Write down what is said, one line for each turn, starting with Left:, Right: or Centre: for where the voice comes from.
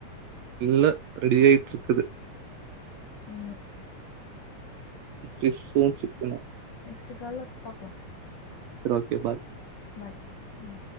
Right: இல்ல ரெடியாயிட்ட இருக்குது
Left: உ
Right: பிஸ்வு சிக்கனு
Left: ஸ்ட் கால்ல பாக்கலா
Right: சரி ஓகே பாய்
Left: பாய் ம்